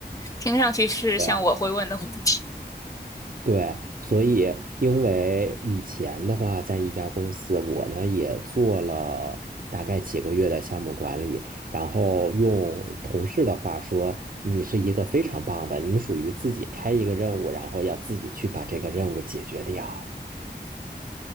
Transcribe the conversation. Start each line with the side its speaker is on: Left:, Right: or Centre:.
Left: 听上去是像我会问的问题。
Right: 对对，所以因为以前的话，在一家公司，我呢也做了大概几个月的项目管理，然后用同事的话说，你是一个非常棒的，你属于自己开一个任务，然后要自己去把这个任务解决掉。